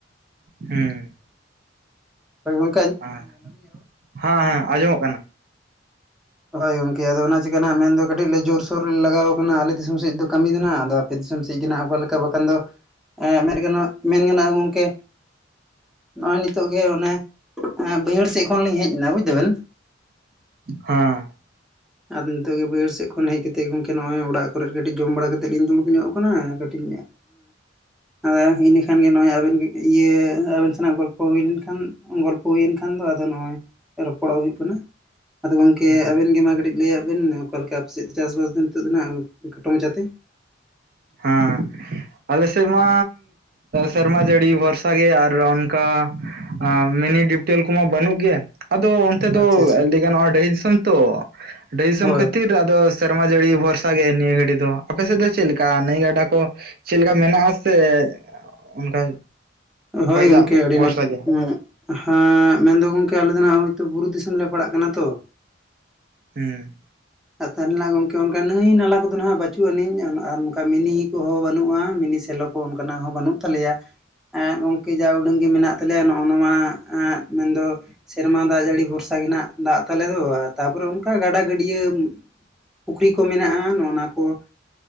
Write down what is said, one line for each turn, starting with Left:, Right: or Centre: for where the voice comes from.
Right: ᱦᱮᱸ
Centre: ᱦᱚᱭ ᱜᱚᱸ
Right: ᱟ ᱦᱟᱸᱻ ᱟᱸᱡᱚᱢᱚᱜ ᱠᱟᱱᱟ
Centre: ᱦᱳᱭ ᱜᱚᱝᱠᱮ ᱟᱫᱚ ᱚᱱᱟ ᱪᱤᱠᱟ ᱱᱟᱜ ᱢᱮᱱᱫᱚ ᱠᱟᱹᱴᱤᱡ ᱞᱮ ᱡᱳᱨᱥᱳᱨ ᱞᱮ ᱞᱟᱜᱟᱣ ᱟᱠᱟᱱᱟ ᱟᱞᱮ ᱫᱤᱥᱚᱢ ᱥᱮᱫ ᱫᱚ ᱠᱟᱹᱢᱤ ᱫᱚ ᱱᱟᱦᱟᱜ ᱟᱫᱚ <inaudible> ᱫᱤᱥᱚᱢ ᱥᱮᱜ ᱜᱮ ᱱᱟᱜ ᱚᱠᱟ ᱞᱮᱠᱟ ᱵᱟᱠᱷᱟᱱ ᱫᱚ ᱮᱜ ᱢᱮᱱ ᱜᱮ ᱱᱟᱜ ᱢᱮᱱ ᱜᱟᱱᱚᱜᱼᱟ ᱜᱚᱝᱠᱮ ᱱᱚᱜᱼᱚᱭ ᱱᱤᱛᱳᱜ ᱜᱮ ᱚᱱᱮ ᱵᱟᱹᱭᱦᱟᱹᱲ ᱥᱮᱫ ᱠᱷᱚᱱᱞᱤᱧ ᱦᱮᱡᱱᱟ ᱵᱩᱡᱽ ᱫᱟᱹ ᱵᱤᱱ?
Right: ᱦᱮᱸ
Centre: ᱟᱫᱚ ᱱᱤᱛᱚᱜ ᱵᱟᱹᱭᱟᱹᱲ ᱥᱮᱜ ᱠᱷᱚᱱ ᱦᱮᱡ ᱠᱟᱛ ᱮ ᱜᱚᱝᱠᱮ ᱱᱚᱜᱼᱚᱭ ᱚᱲᱟᱜ ᱠᱚᱨᱮ ᱠᱟᱹᱴᱤᱡ ᱡᱚᱢ ᱵᱟᱲᱟ ᱠᱟᱛᱮᱫ ᱞᱤᱧ ᱫᱩᱲᱩᱵ ᱧᱚᱜ ᱠᱟᱱᱟ ᱠᱟᱹᱴᱤᱡ <inaudible> ᱟᱫᱚ ᱤᱱᱟᱹ ᱠᱷᱟᱱ ᱜᱮ ᱱᱚᱜᱼᱚᱭ ᱟᱵᱮᱱ ᱤᱭᱟᱹ ᱟᱵᱮᱱ ᱥᱟᱱᱟᱜ ᱜᱚᱞᱯᱷᱚ ᱦᱩᱭ ᱞᱮᱱᱠᱷᱟᱱ ᱜᱚᱞᱯᱚ ᱦᱩᱭᱮᱱ ᱠᱷᱟᱱ ᱫᱚ ᱟᱫᱚ ᱱᱚᱜᱼᱚᱭ ᱨᱚᱯᱚᱲᱚᱜ ᱦᱩᱭᱩᱜ ᱠᱟᱱᱟ᱾ ᱟᱫᱚ ᱜᱚᱝᱠᱮ
Right: ᱦᱮᱸ
Centre: ᱟᱵᱮᱱ ᱜᱮ ᱢᱟ ᱠᱟᱹᱴᱤᱡ ᱞᱟᱹᱭᱟᱜ ᱵᱤᱱ ᱚᱠᱟᱞᱮᱠᱟ? ᱟᱯᱮ ᱥᱮᱫ ᱫᱚ ᱪᱟᱥᱵᱟᱥ ᱫᱚ ᱱᱤᱛᱚᱜ ᱫᱚ ᱱᱟᱜ ᱠᱷᱟᱴᱚ ᱢᱟᱪᱷᱟᱛᱮ
Right: ᱦᱟᱸ ᱟᱞᱮ ᱥᱮᱫ ᱢᱟ ᱥᱮᱨᱢᱟ ᱡᱟᱹᱲᱤ ᱵᱷᱚᱨᱥᱟ ᱜᱮ ᱟᱨ ᱚᱱᱠᱟ ᱟ ᱢᱤᱱᱤ ᱰᱤᱯᱴᱮᱞ ᱠᱚᱢᱟ ᱵᱟᱹᱱᱩᱜ ᱜᱮ ᱟᱫᱚ ᱛᱮ ᱫᱚ
Centre: ᱟᱪᱪᱷᱟ ᱟᱪᱪᱷᱟ
Right: ᱞᱟᱹᱭ ᱜᱟᱱᱚᱜᱼᱟ ᱰᱟᱦᱤ ᱫᱤᱥᱚᱢ ᱛᱚ, ᱰᱟᱦᱤ ᱫᱤᱥᱚᱢ
Centre: ᱦᱳᱭ
Right: ᱠᱷᱟᱹᱛᱤᱨ ᱫᱚ ᱥᱮᱨᱢᱟ ᱡᱟᱹᱲᱤ ᱵᱷᱚᱨᱥᱟ ᱜᱮ ᱱᱤᱭᱟᱹ ᱜᱷᱟᱹᱲᱤ ᱫᱚ ᱟᱯᱮ ᱥᱮᱫ ᱫᱚ ᱪᱮᱫ ᱞᱮᱠᱟ? ᱱᱟᱹᱭ ᱜᱟᱰᱟ ᱠᱚ ᱪᱮᱫᱞᱮᱠᱟ ᱢᱮᱱᱟᱜᱼᱟᱥᱮ ᱚᱱᱠᱟ
Centre: ᱦᱳᱭ
Right: ᱦᱚᱭ
Centre: ᱜᱚᱝᱠᱮ
Right: ᱫᱟᱜ
Centre: ᱟᱹᱰᱤ
Right: ᱵᱷᱚᱨᱥᱟ
Centre: ᱱᱟ
Right: ᱜᱮ
Centre: ᱩᱸ ᱦᱟᱸ ᱢᱮᱱᱫᱚ ᱜᱚᱝᱠᱮ ᱟᱞᱮ ᱫᱚ ᱱᱟᱦᱟᱸᱜ ᱦᱚᱭᱛᱚ ᱵᱩᱨᱩ ᱫᱤᱥᱚᱢ ᱞᱮ ᱯᱟᱲᱟᱜ ᱠᱟᱱᱟ ᱛᱚ,
Right: ᱦᱩᱸ
Centre: ᱟᱨ ᱛᱟᱞᱦᱮ ᱱᱟᱜ ᱜᱚᱝᱠᱮ ᱚᱱᱠᱟ ᱱᱟᱹᱭ ᱱᱟᱞᱟ ᱠᱚᱫᱚ ᱱᱟᱦᱟᱸᱜ ᱵᱟᱹᱪᱩᱜ ᱟᱹᱱᱤᱡ, ᱟᱨ ᱱᱚᱝᱠᱟ ᱢᱤᱱᱤ ᱠᱚᱦᱚᱸ ᱵᱟᱹᱱᱩᱜᱼᱟ ᱢᱤᱱᱤ ᱥᱮᱞᱚ ᱚᱱᱠᱟᱱᱟᱜ ᱦᱚᱸ ᱵᱟᱹᱱᱩᱜ ᱛᱟᱞᱮᱭᱟ <inaudible> ᱜᱚᱢᱠᱮ ᱡᱟ ᱩᱰᱟᱹᱝᱜᱤ ᱢᱮᱱᱟᱜ ᱛᱟᱞᱮᱭᱟ ᱱᱚᱜᱼᱚ ᱱᱚᱣᱟᱜ ᱢᱮᱱᱫᱚ <inaudible> ᱥᱮᱨᱢᱟ ᱫᱟᱜ ᱡᱟᱹᱲᱤ ᱵᱷᱚᱨᱥᱟ ᱜᱮ ᱨᱮᱱᱟᱜ ᱫᱟᱜ ᱛᱟᱞᱮ ᱫᱚ ᱛᱟᱯᱚᱨᱮ ᱚᱱᱠᱟ ᱜᱟᱰᱟ ᱜᱟᱹᱰᱭᱟᱹ <inaudible> ᱯᱩᱠᱷᱨᱤ ᱠᱚ ᱢᱮᱱᱟᱜᱼᱟ ᱱᱚᱜᱼ ᱱᱟ ᱠᱚ <inaudible>